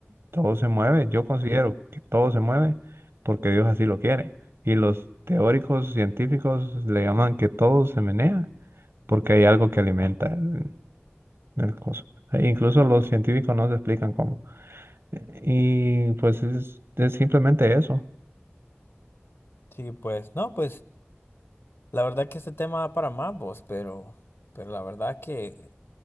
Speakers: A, on the right; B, on the left.
A: todo se mueve, yo considero que todo se mueve porque Dios así lo quiere. Y los teóricos científicos le llaman que todo se menea porque hay algo que alimenta el, el coso. E incluso los científicos no se explican cómo. Y pues es es simplemente eso.
B: Sí, pues, no, pues la verdad que este tema da para más, vos, pero, pero la verdad que